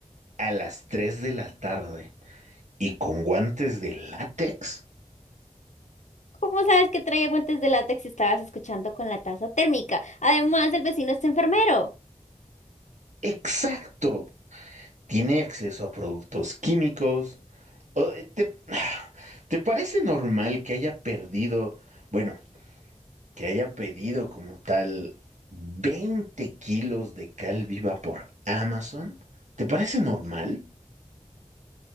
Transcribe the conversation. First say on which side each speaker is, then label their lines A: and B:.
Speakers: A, on the right; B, on the left.
A: a las 3 de la tarde y con guantes de látex.
B: ¿Cómo sabes que traía guantes de látex si estabas escuchando con la taza térmica? Además, el vecino es enfermero.
A: Exacto. tiene acceso a productos químicos. O, eh, ¿Te, <sighs> te parece normal que haya perdido, bueno, que haya pedido como tal 20 kilos de cal viva por Amazon? ¿Te parece normal?